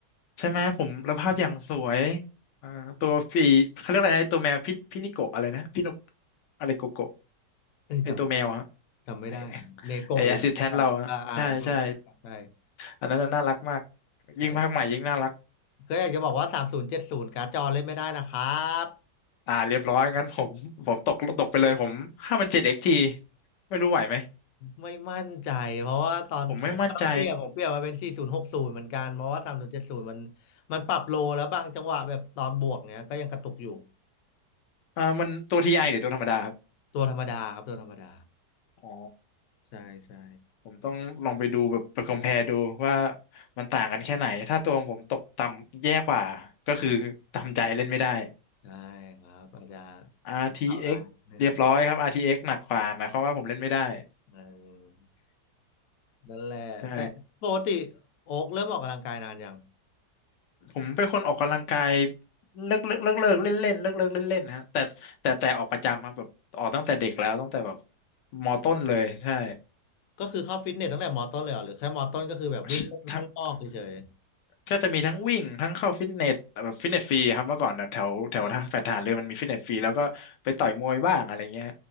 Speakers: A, on the left (about 85°); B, on the left (about 70°).
A: ใช่ไหมผมแล้วภาพอย่างสวยอ่าตัวปีเขาเรียกอะไรนะไอตัวแมวพิพินิโกะอะไรนะพินกอะไรโกโกะ
B: เอ้ยจ
A: ไอตัวแมวฮะ
B: ำจำไม่ได้เนโกะหรืออะไรสักอย่างอ่าอ่าใช่ใช่ใช่
A: ไอไอแอสซิสแทนเราอะใช่ใช่อันนั้นน่ะน่ารักมาก
B: ใช่
A: ยิ่งภาคใหม่ยิ่งน่ารัก
B: ก็อยากจะบอกว่าสามศูนย์เจ็ดศูนย์การ์ดจอเล่นไม่ได้นะครับ
A: อ่าเรียบร้อยงั้นผมผมตกตกไปเลยผมห้ามันเจ็ดเอ็กทีไม่รู้ไหวไหม
B: ไม่มั่นใจเพราะว่าตอนผมก็ต้องเปลี่ยนผมเปลี่ยนมาเป็น
A: ผมไม่มั่นใจ
B: 4060 เหมือนกันเพราะว่า3070มสิบเจ็ดสิบมันมันปรับโลแล้วบางจังหวะแบบตอนบวกเนี้ยก็ยังกระตุกอยู่
A: อ่ามันตัวทีไอหรือตัวธรรมดาครับ
B: ตัวธรรมดาครับตัวธรรมดา
A: อ๋อ
B: ใช่ใช่
A: ผมต้องลองไปดูแบบไป compare ดูว่ามันต่างกันแค่ไหนถ้าตัวของผมตกต่ำแย่กว่าก็คือทำใจเล่นไม่ได้
B: ใช่ครับอาจจะ
A: RTX
B: ข่าลายนดนึง
A: เอ็กซ์เรียบร้อยครับ RTX หนักกว่าหมายความว่าผมเล่นไม่ได้
B: เออนั่นแหละแต่ปกติ
A: ใช่
B: โอ๊กเริ่มออกกำลังกายนานยัง
A: ผมเป็นคนออกกำลังกายเลิกเลิกเลิกเลิกเล่นเล่นเลิกเลิกเล่นเล่นฮะแต่แต่แต่ออกประจำครับแบบออกตั้งแต่เด็กแล้วตั้งแต่แบบมต้นเลยใช่
B: ก็คือเข้าฟิตเนสตั้งแต่มอต้นเลยเหรอหรือแค่มอต้นก็คือแบบวิ่งเล่นข้างนอกเฉย
A: <laughs> ก็จะมีทั้งวิ่งทั้งเข้าฟิตเนสแบบฟิตเนสฟรีครับเมื่อก่อนแบบแถวแถวท่าแฟลตทหารเรือมันมีฟิตเนสฟรีแล้วก็ไปต่อยมวยบ้างอะไรเงี้ย
B: ๆอ่า